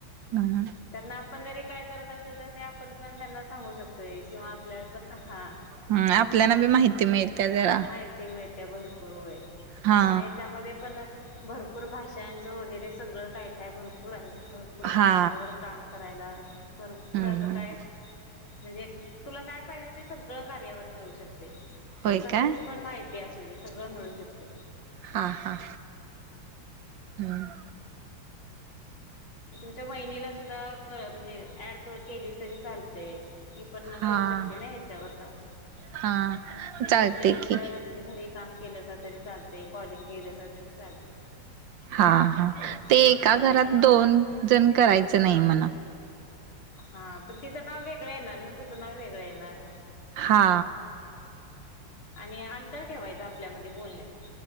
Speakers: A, on the right; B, on the left.
A: म्हणून
B: ह त्यांना आपण जरी काय करत असल ते आपण पण त्यांना सांगू शकतो. तोय किंवा आपल्या पण हा.
A: ह आपल्याला बी माहिती मिळत्या जरा.
B: माहीती मिळत्या भरपूर व्हय
A: हा
B: आणि याच्यामध्ये पण भरपूर भाषांचं वगैरे सगळं काय काय भरपूर आहे. भरपूर भाषावर
A: हा
B: काम करायला भरपूर
A: हम्म
B: असं
A: हम्म
B: काय म्हणजे तुला काय पाहिजे ते सगळं कार्यावर मिळू शकतय.
A: होय
B: कशाची
A: काय
B: पण माहिती असू दे सगळं मिळू शकते.
A: हा हा. हम्म.
B: तुमच्या वहिनीला सुद्धा म्हणजे ऍड केलीस तरी चालतय. ती पण
A: हा
B: करू शकते ना याच्यावर काम.
A: हा
B: तुम्ही
A: चालते
B: तिथल्या तिथं
A: की
B: घरी काम केलंसा तरी चालते कॉलिंग केलंसा तरी चालते.
A: हा हा
B: हा
A: ते एका
B: चालेल
A: घरात दोन जण करायचं नाही म्हण.
B: हा पण तिचं नाव वेगळं येणार ना तुझं नाव वेगळ येणार.
A: हा.
B: आणि अंतर ठेवायच आपल्यामध्ये बोलण्यात.